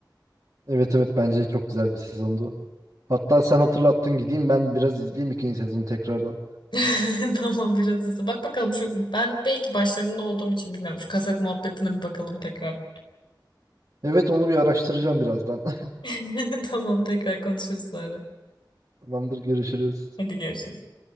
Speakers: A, on the right; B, on the left.
A: Evet evet bence çok güzel bir sezondu. Hatta sen hatırlattın gideyim ben biraz izleyeyim ikinci sezonu tekrardan.
B: <laughs> Tamam biraz hızlı. Bak bakalım şu ben belki başlarında olduğum için bilmiyorum. Şu kaset muhabbetine bir bakalım tekrar.
A: Evet onu bir araştıracağım birazdan.
B: <laughs> Tamam tekrar konuşuruz sonra.
A: <laughs> Tamamdır görüşürüz.
B: Hadi görüşürüz.